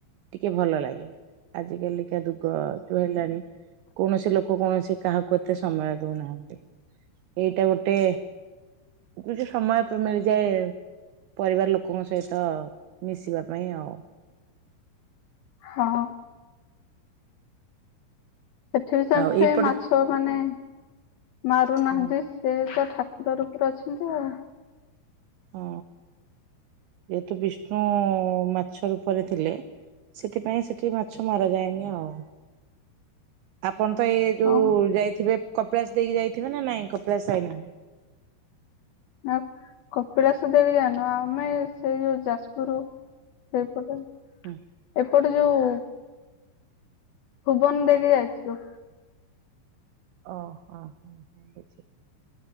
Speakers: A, on the right; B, on the left.
A: ଟିକେ ଭଲ ଲାଗେ ଆଜିକାଲିକା ଯୁଗ ଯୋଉ ହେଲାଣି କୌଣସି ଲୋକ କୌଣସି କାହାକୁ ଏତେ ସମୟ ଦଉନାହାନ୍ତି ଏଇଟା ଗୋଟେ କିଛି ସମୟ ମିଳିଯାଏ ପରିବାର ଲୋକଙ୍କ ସହିତ ମିଶିବା ପାଇଁ ଆଉ।
B: ହଁ। ସେଠି ବି ସେ
A: ଆଉ
B: ସେମ୍
A: ଏଇପଟେ
B: ମାଛ ମାନେ ମାରୁନାହାନ୍ତି
A: ହଁ
B: ସେ ତ ଠା ତାର ଉପରେ ଅଛନ୍ତି ଆଉ।
A: ହଁ ଯେହେତୁ ବିଷ୍ଣୁ ମାଛ ରୂପରେ ଥିଲେ ସେଥିପାଇଁ ସେଠି ମାଛ ମରାଯାଏନି ଆଉ। ଆପଣ ତ ଏଇ ଯୋଉ
B: ହଁ
A: ଯାଇଥିବେ କପଳାସ ଦେଇକି ଯାଇଥିବେ ନା ନାଇଁ, କପଳାସ ଯାଇନାହାନ୍ତି?
B: ନା କପିଳାସ ଦେଇକି ଯାଇନୁ ଆମେ ସେଇ ଯୋଉ ଯାଜପୁର ସେଇପଟେ।
A: ହୁଁ
B: ଏପଟେ ଯୋଉ ଭୁବନ ଦେଇକି ଯାଇଥିଲୁ।
A: ଓଃ ବୁଝିଲି।